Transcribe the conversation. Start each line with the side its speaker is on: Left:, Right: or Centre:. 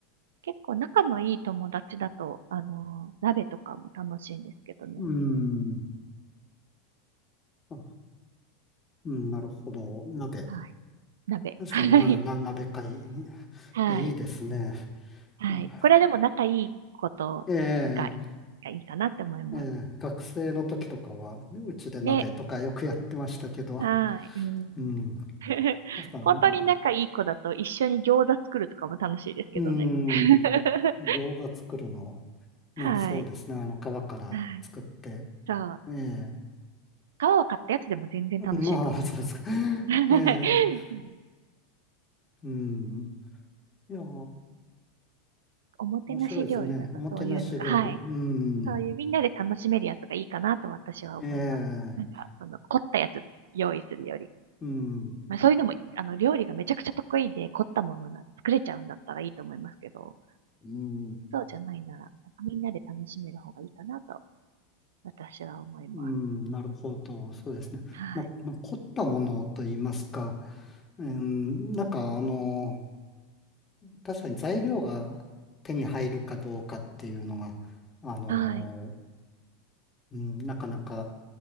Right: 結構仲のいい友達だと、あの、鍋とかも楽しいんですけどね。
Left: ん。あうん、なるほど。鍋。
Right: はい。鍋。
Left: 確かにな、
Right: <laughs> はい。
Left: な、鍋会。い
Right: はい。
Left: や、いいですね。
Right: はい。
Left: なんか、
Right: これでも仲いいことが、
Left: ええ
Right: がいいかなって思います。
Left: ええ学生の時とかは、うちで鍋とかよくやってましたけど、
Right: ねはい。うん
Left: うん。
Right: <laughs>
Left: 確かに、
Right: 本当に仲いい子だと一緒に餃子作るとかも楽しいですけどね。
Left: うん、
Right: <laughs>
Left: 餃子作るの、ね、
Right: はい。
Left: そうですね。あの、皮から作って、
Right: はい。そう。
Left: ええ
Right: 皮を買ったやつでも全然楽しいと思います。
Left: まあ、そうですか。
Right: <laughs>
Left: ええ
Right: うん
Left: うん。いやー、
Right: おもてなし料理だとそういうのが、
Left: 面白いですね。おもてなし料理。
Right: はい、
Left: うん。
Right: そういうみんなで楽しめるやつがいいかなと私は思います。
Left: ええ
Right: なんか、その、凝ったやつ用意するより。
Left: うん。
Right: まあそういうのも、
Left: なるほ
Right: あの、料理がめちゃくちゃ得意で凝ったものな、作れちゃうんだったらいいと思いますけど、
Left: ど。うん
Right: そうじゃないなら、なんかみんなで楽しめる方がいいかなと私は思います。
Left: うん、なるほど。そうですね。
Right: はい。
Left: ま、まあ、凝ったものと言いますか、うん、なんかあの、確かに材料が手に入るかどうかっていうのが、あの、
Right: はい。
Left: うん、なかなか、